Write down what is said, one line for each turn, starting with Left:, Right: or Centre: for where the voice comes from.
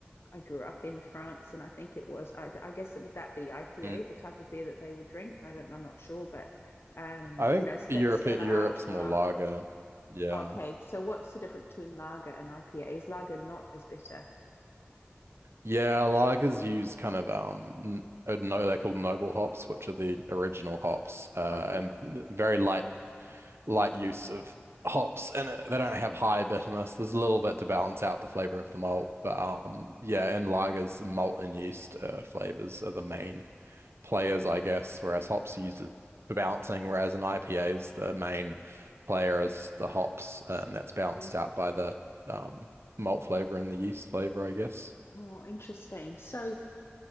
Left: I grew up in France, and I think it was I, I guess would that be IPA,
Right: Mm.
Left: the type of beer that they would drink? I don't I'm not sure, but um,
Right: I
Left: you
Right: think
Left: know, St
Right: Europe
Left: Stella
Right: Europe's
Left: Artois.
Right: more lager. Yeah.
Left: Okay, so what's the difference between lager and IPA? Is lager not as bitter?
Right: Yeah, lagers use kind of um n- uh, no they're called noble hops, which are the original hops, uh
Left: Okay,
Right: and very light light use of hops and they don't have high bitterness. There's a little bit to balance out the flavor of the malt, but um yeah, in lagers, malt and yeast uh, flavors are the main players, I guess, whereas hops are used for balancing, whereas in IPAs, the main player is the hops, and that's balanced
Left: okay.
Right: out by the um, malt flavor and the yeast flavor, I guess.
Left: Oh, interesting. So